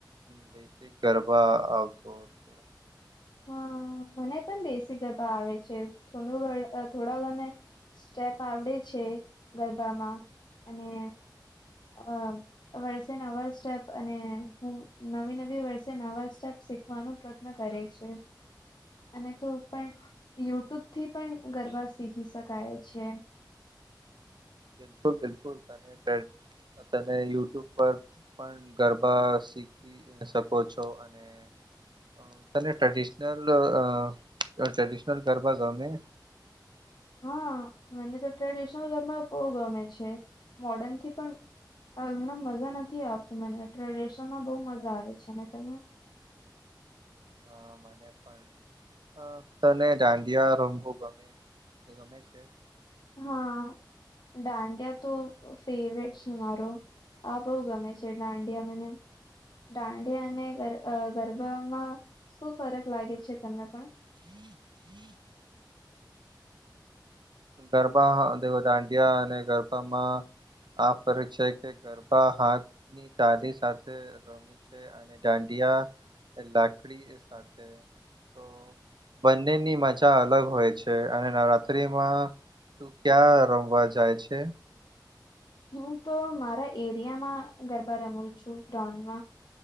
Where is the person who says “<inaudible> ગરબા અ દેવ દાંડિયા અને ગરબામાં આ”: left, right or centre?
Right